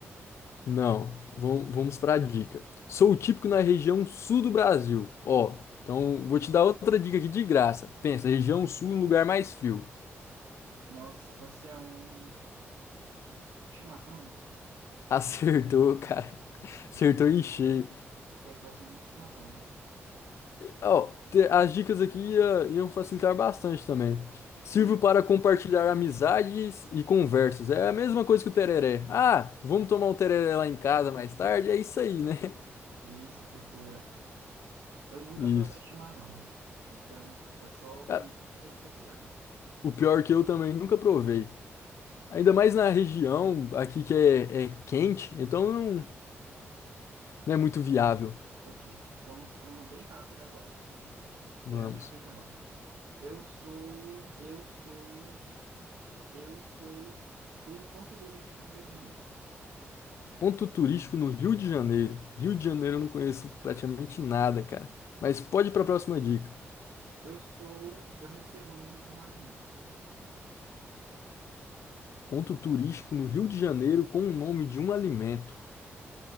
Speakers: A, on the left; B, on the right.
A: Não, vamos, vamos para a dica. Sou típico na região sul do Brasil. Ó, então vou te dar outra dica aqui de graça. Pensa, região sul, um lugar mais frio.
B: Nossa, você é um chimarrão?
A: Acertou, cara. <laughs>
B: Eu
A: Acertou
B: falei,
A: em cheio.
B: Boa. As Pessoas gostam muito de chimarrão.
A: Ó, te- as dicas aqui ia- iam facilitar bastante também.
B: Sim,
A: Sirvo para compartilhar amizades e conversas. É a mesma coisa que o tereré. Ah, vamos tomar um tereré lá em casa mais tarde? É isso aí, né? <laughs>
B: isso, cultura. Eu nunca
A: Isso.
B: provei chimarrão, eu. Então, é só conheço
A: Cara,
B: por redes sociais.
A: O pior é que eu também nunca provei. Ainda mais
B: E-
A: na região aqui que é, é quente, então não, não é muito viável.
B: Ok, vamos para uma bem rápida agora,
A: Vamos.
B: que é a minha vez agora. Eu sou, eu sou, eu sou um ponto turístico no Rio de Janeiro.
A: Ponto turístico no Rio de Janeiro. Rio de Janeiro eu não conheço praticamente nada, cara. Mas pode ir para a próxima dica.
B: Eu sou, eu recebo o nome de um alimento.
A: Ponto turístico no Rio de Janeiro com o nome de um alimento.